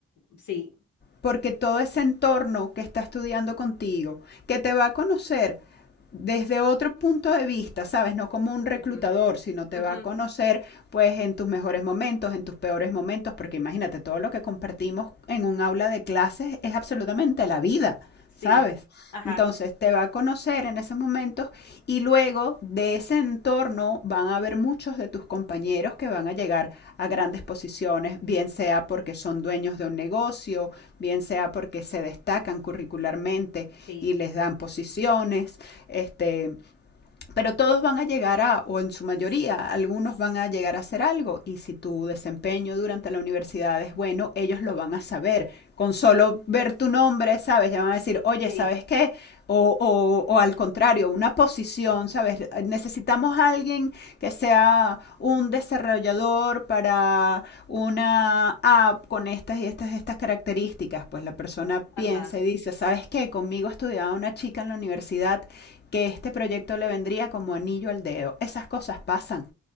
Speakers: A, on the left (about 75°); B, on the left (about 35°).
A: Sí.
B: porque todo ese entorno que está estudiando contigo, que te va a conocer desde otro punto de vista, ¿sabes? No como un reclutador,
A: ujú,
B: sino te
A: ujú,
B: va a conocer pues en tus mejores momentos, en tus peores momentos, porque imagínate, todo lo que compartimos en un aula de clases es absolutamente la vida,
A: Sí.
B: ¿sabes?
A: Ajá.
B: Entonces te va a conocer en esos momentos y luego de ese entorno van a haber muchos de tus compañeros que van a llegar a grandes posiciones, bien sea porque son dueños de un negocio, bien sea porque se destacan curricularmente
A: Sí,
B: y les
A: sí, sí.
B: dan posiciones, este, pero todos van a llegar a, o en su mayoría, algunos van a llegar a hacer algo y si tu desempeño durante la universidad es bueno, ellos lo van a saber. Con solo ver tu nombre, ¿sabes? Ya van a decir, oye,
A: Sí.
B: ¿sabes qué? O, o, o al contrario, una posición, ¿sabes? Necesitamos a alguien que sea un desarrollador para una app con estas y estas, estas características. Pues la persona piensa
A: Ajá.
B: y dice, ¿sabes qué? Conmigo estudiaba una chica en la universidad que este proyecto le vendría como anillo al dedo. Esas cosas pasan,